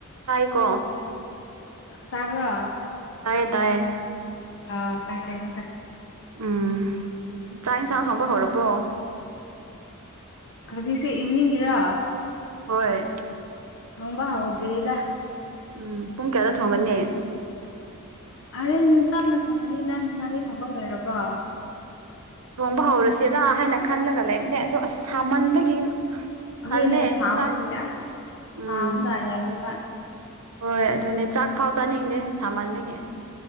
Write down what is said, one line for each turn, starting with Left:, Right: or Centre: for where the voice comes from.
Right: ꯇꯥꯏꯀꯣ
Left: ꯇꯥꯕ꯭ꯔꯣ
Right: ꯇꯥꯏꯌꯦ ꯇꯥꯏꯌꯦ
Left: ꯑꯥ ꯇꯥꯈ꯭ꯔꯦ ꯑꯃꯨꯛꯀ
Right: ꯎꯝ ꯆꯥꯛ ꯏꯟꯁꯥꯡ ꯊꯣꯡꯕ ꯍꯧꯔꯕ꯭ꯔꯣ
Left: ꯍꯖꯤꯛꯁꯦ ꯏꯚꯅꯤꯡꯒꯤꯔꯥ
Right: ꯍꯣꯏ
Left: ꯊꯪꯡꯕ ꯍꯧꯗ꯭ꯔꯤꯗꯥ
Right: ꯎꯝ ꯄꯨꯡ ꯀꯌꯥꯗ ꯊꯣꯡꯒꯠꯅꯤ
Left: ꯍꯣꯔꯦꯟ ꯇꯞꯅ ꯊꯣꯡꯒꯅꯤꯗ ꯅꯪꯗꯤ ꯊꯣꯡꯕ ꯂꯣꯏꯔꯕꯣ
Right: ꯊꯣꯡꯕ ꯍꯧꯔꯁꯤꯔꯥ ꯍꯥꯏꯅ ꯈꯜꯂꯒ ꯂꯩꯕꯅꯦ ꯑꯗꯣ ꯑꯁ ꯁꯥꯃꯟꯕꯒꯤ
Left: ꯍꯣꯏꯅꯦ
Right: ꯇꯜꯂꯦ
Left: ꯁꯥꯕꯒꯤ
Right: ꯆꯥꯛ
Left: ꯑꯁ ꯁꯥꯕꯅ
Right: ꯎꯝ
Left: ꯌꯥꯗꯦꯕ
Right: ꯍꯣꯏ ꯑꯗꯨꯅꯦ ꯆꯥꯛ ꯐꯥꯎ ꯆꯥꯅꯤꯡꯗꯦ ꯁꯃꯟꯕꯒꯤ